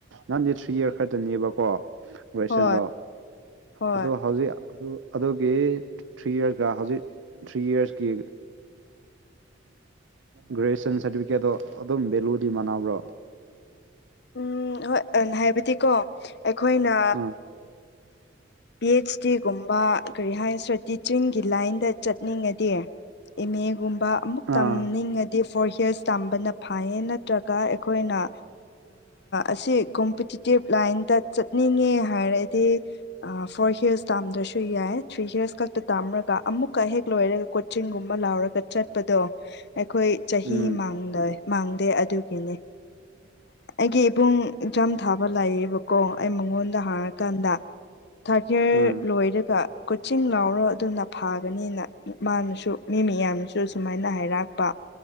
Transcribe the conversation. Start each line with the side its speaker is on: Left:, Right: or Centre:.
Right: ꯅꯥꯏꯟꯗꯤ ꯊ꯭ꯔꯤ ꯏꯔ ꯈꯛꯇꯅꯦꯕꯀꯣ ꯒ꯭ꯔꯦꯖꯨꯌꯦꯦꯁꯟꯗꯣ
Left: ꯍꯣꯏ ꯍꯣꯏ
Right: ꯑꯗꯣ ꯍꯧꯖꯤꯛ ꯑꯗꯨ ꯑꯗꯨꯒꯤ ꯊ꯭ꯔꯤ ꯏꯔꯁꯀ ꯍꯧꯖꯤꯛ ꯊ꯭ꯔꯤ ꯏꯔꯁꯀꯤ ꯒ꯭ꯔꯦꯖꯨꯑꯌꯦꯁꯟ ꯁꯥꯔꯇꯤꯐꯤꯀꯦꯠꯇꯣ ꯑꯗꯨꯝ ꯚꯦꯂꯨꯗꯤ ꯃꯥꯟꯅꯕ꯭ꯔꯣ
Left: ꯎꯝ ꯍꯣꯏ ꯍꯥꯏꯕꯗꯤꯀꯣ ꯑꯩꯈꯣꯏꯅ
Right: ꯑꯥ
Left: ꯄꯤ ꯑꯩꯆ ꯗꯤꯒꯨꯝꯕ ꯀꯔꯤ ꯍꯥꯏ ꯁꯤꯔꯥ ꯇꯤꯆꯤꯡꯒꯤ ꯂꯥꯏꯟꯗ ꯆꯠꯅꯤꯡꯉꯗꯤ ꯑꯦꯝꯑꯦ ꯒꯨꯝꯕ ꯑꯃꯨꯛ ꯇꯝꯅꯤꯡꯉꯗꯤ
Right: ꯑꯥ
Left: ꯐꯣꯔ ꯌꯥꯔꯁ ꯇꯝꯕꯅ ꯐꯥꯏꯌꯦ ꯅꯠꯇ꯭ꯔꯒ ꯑꯩꯈꯣꯏꯅ ꯑꯁꯤ ꯀ ꯏꯁꯇꯦꯞ ꯂꯥꯏꯟꯗ ꯆꯠꯅꯤꯡꯉꯦ ꯍꯥꯏꯔꯗꯤ ꯐꯣꯔ ꯍꯤꯜꯁ ꯇꯥꯝꯗꯁꯨ ꯌꯥꯏ ꯊ꯭ꯔꯤ ꯌꯔꯁ ꯈꯛꯇ ꯇꯥꯝꯃꯔꯒ ꯑꯃꯨꯛꯀ ꯍꯦꯛ ꯂꯣꯏꯔꯒ ꯀꯣꯆꯤꯡꯒꯨꯝꯕ ꯂꯥꯎꯔꯒ ꯆꯠꯄꯗꯣ ꯑꯩꯈꯣꯏ ꯆꯍꯤ
Right: ꯎꯝ
Left: ꯃꯥꯡ ꯃꯥꯡꯗꯦ ꯑꯗꯨꯒꯤꯅꯦ ꯑꯩꯒꯤ ꯏꯕꯨꯡ ꯑꯦꯛꯖꯥꯝ ꯊꯥꯕ ꯂꯥꯛꯌꯦꯕꯀꯣ ꯑꯩ ꯃꯉꯣꯟꯗ ꯍꯥꯏꯔꯀꯥꯟꯗ ꯊꯥꯔꯠ ꯏꯌꯥꯔ
Right: ꯑꯥ
Left: ꯂꯣꯏꯔꯒ ꯀꯣꯆꯤꯡ ꯂꯥꯎꯔꯣ ꯑꯗꯨꯅ ꯐꯥꯒꯅꯤꯅ ꯃꯥꯅꯁꯨ ꯃꯤꯌꯥꯝꯅꯁꯨ ꯁꯨꯃꯥꯏꯅ ꯍꯥꯏꯔꯥꯛꯄ